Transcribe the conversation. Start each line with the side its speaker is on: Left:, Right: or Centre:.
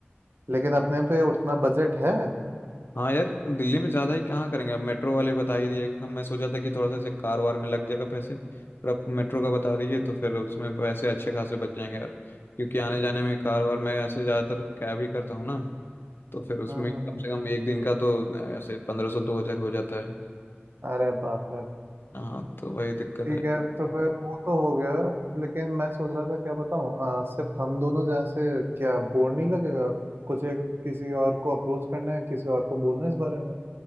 Right: लेकिन अपने पे उतना बजट है
Left: हाँ यार दिल्ली में ज्यादा ही कहाँ करेंगे अब मेट्रो वाले बता ही दिए हम मैं सोचा था कि थोड़ा सा ऐसे कार वार में लग जाएगा पैसे पर अब मेट्रो का बता दिए तो फिर उसमें पैसे अच्छे खासे बच जाएंगे यार क्योंकि आने जाने में कार वार में ऐसे ज्यादातर कैब ही करता हूँ ना तो फिर उसमें
Right: हम्म हम्म
Left: कम
Right: हम्म।
Left: से कम एक दिन का तो ऐसे पंद्रह सौ दो हजार हो जाता है
Right: अरे बाप रे
Left: हाँ तो वही दिक्कत
Right: ठीक
Left: है
Right: है तो फिर वो तो हो गया लेकिन मैं सोच रहा था क्या बताऊँ आ, सिर्फ हम दोनों जाएं से क्या बोर नहीं लगेगा कुछ एक किसी और को अप्रोच करना है किसी और को बोलना है इस बारे में